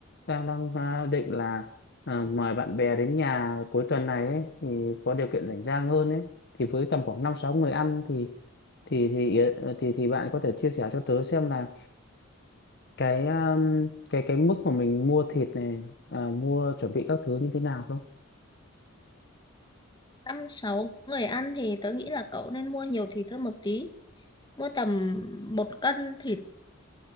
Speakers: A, on the left (about 50°); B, on the left (about 20°).
A: đang đang ờ, định là ờ, mời bạn bè đến nhà cuối tuần này ấy thì có điều kiện rảnh rang hơn ấy thì với tầm khoảng năm sáu người ăn thì thì thì ý- ờ, thì thì bạn có thể chia sẻ cho tớ xem là cái um, cái cái mức mà mình mua thịt này à, mua chuẩn bị các thứ như thế nào không?
B: Năm sáu người ăn thì tớ nghĩ là cậu nên mua nhiều thịt hơn một tí. Mua tầm một cân thịt